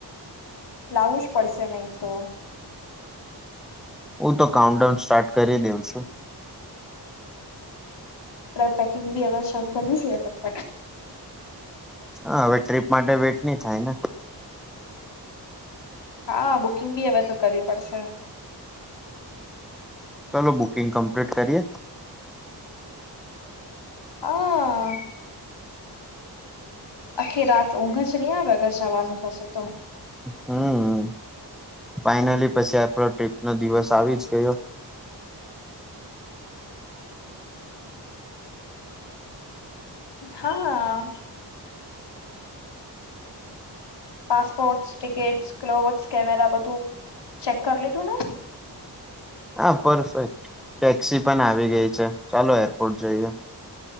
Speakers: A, on the left (about 80°); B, in the centre.
A: લાવું જ પડશે નહી તો
B: હું તો કાઉન્ટ ડાઉન સ્ટાર્ટ કરી દેઉ છું
A: આપ પેકિંગ બી હ શમ કર્યું છે ફટપાટ
B: હા હવે ટ્રીપ માટે વેટ નહી થાય ને
A: હા બુકિંગ બી હવે તો કરવી પડશે
B: ચાલલો બુકિંગ કમ્પ્લીટ કરીએ
A: હા આખી રાત ઊંઘ જ રહી વગર જવાનું થશે તો
B: હમ્મ ફાઈનલી પછી આપડો ટ્રીપ નો દિવસ આવી જ ગયો
A: હા હા પાસપોર્ટ ટિકિટ્સ ક્લોથસ કેમેરા બધું ચેક કરી લીધું ને
B: હા પરફેક્ટ ટેક્સી પણ આવી ગઈ છે ચાલો એરપોર્ટ જોઈએ